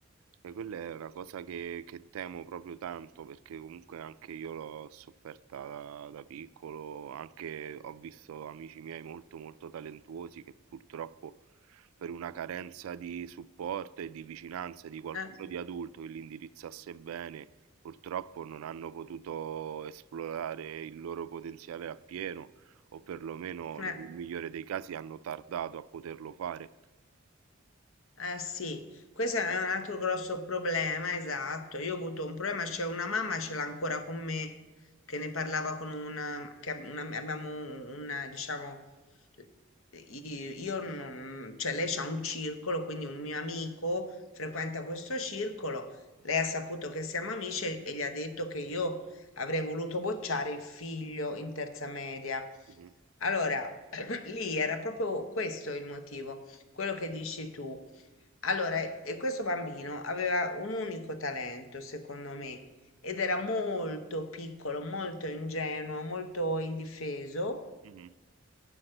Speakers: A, on the right; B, on the left.
A: E quella è una cosa che, che temo proprio tanto perché comunque anche io l'ho sofferta da, da piccolo, anche ho visto amici miei molto molto talentuosi che purtroppo per una carenza di supporto e di vicinanza di qualcuno
B: eh,
A: di adulto che li indirizzasse bene, purtroppo non hanno potuto esplorare il loro potenziale appieno, o perlomeno
B: eh.
A: nel migliore dei casi hanno tardato a poterlo fare.
B: Eh sì, questo è un altro grosso problema, esatto. Io ho avuto un problema, c'è una mamma, ce l'ha ancora con me, che ne parlava con una, che ab- una- abbiamo una, diciamo, i- io, non, cioè lei c'ha un circolo, quindi un mio amico frequenta questo circolo, lei ha saputo che siamo amici e e gli ha detto che io avrei voluto bocciare il figlio in terza media.
A: Mh-mh,
B: Allora, <clears throat> lì era proprio questo il motivo, quello che dici tu allora, e questo bambino aveva un unico talento, secondo me, ed era molto piccolo, molto ingenuo, molto indifeso
A: mh-mh,